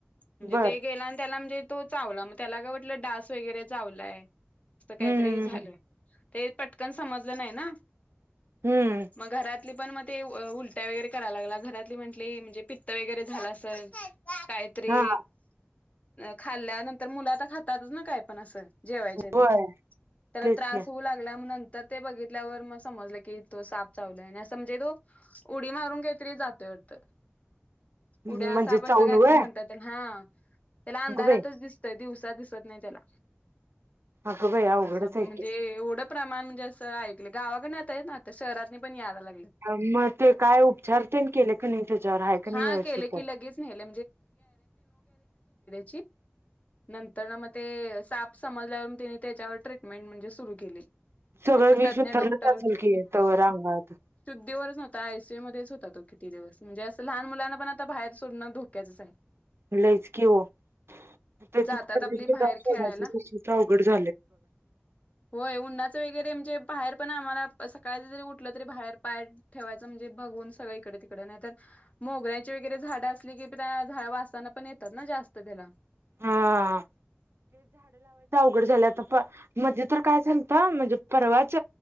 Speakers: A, on the left (about 30°); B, on the right (about 65°).
A: म्हणजे
B: बर
A: ते गेला आणि त्याला म्हणजे तो चावला मग त्याला काय म्हटलं डास वगैरे चावलाय. असं काय
B: हम्म
A: त्रे झालं.
B: हम्म
A: ते पटकन समजलं नाही ना.
B: हम्म
A: मग घरात पण म ते उलट्या वगैरे करायला लागला, घरातली म्हटली म्हणजे पित्त वगैरे झालं असंल. काय तरी
B: हा
A: खाल्ल्यानंतर, मुलं आता खातातच ना काय पण असं. जेवायच्या आधी
B: होय
A: त्याला
B: तेच
A: त्रास
B: की
A: होऊ लागला नंतर ते बघितल्यावर मग समजलं की तो साप चावलाय असं म्हणजे तो उडी मारून काहीतरी जातोय वाटतं.
B: म्हणजे
A: उड्या साप
B: चावून
A: असं कायतरी
B: व्हय
A: म्हणतात त्या.. हा. त्याला
B: अगं
A: अंधारातच
B: बाई
A: दिसतय दिवस.. दिसत नाही त्याला.
B: अगं बाई अवघडच
A: असं
B: आहे
A: म्हणजे
B: की
A: एवढं प्रमाण म्हणजे असं ऐकलं गावाकडने येतायत ना आता शहरातनी पण यायला लाग..
B: हा मग ते काय उपचार तेन केले काय नाही त्याच्यावर आहे काय
A: हा
B: नाही व्यवस्थित
A: केले
B: पोरं.
A: की लगेच नेले ची नंतरन म ते साप समजल्यावर म ते त्याच्यावर ट्रीटमेंट म्हणजे सुरु केली.
B: सगळं
A: ते पण
B: विष
A: तज्ञ
B: उतरलंच
A: डॉक्टर
B: असलं की तंवर अंगात.
A: दिवरच नव्हता, आय सी यू मध्येच होता तो किती दिवस म्हणजे असं लहान मुलांना पण आता बाहेर सो... डण धोक्याचच आहे.
B: लईच की ओ <unintelligible>
A: जातात आपली बाहेर खेळायला.
B: अवघड झा..
A: होय उन्हाच वगैरे म्हणजे बाहेर पण आम्हाला सकाळच जरी उठलं तरी बाहेर पाय ठेवायचं म्हणजे बघून सगळ इकडे तिकडे नाहीतर मोगऱ्याची वगैरे झाडं असली की त्या झा वासान पण येतात ना जास्त त्याला.
B: हा झालय आता पा मदी तर काय चालत म्हणजे परवाच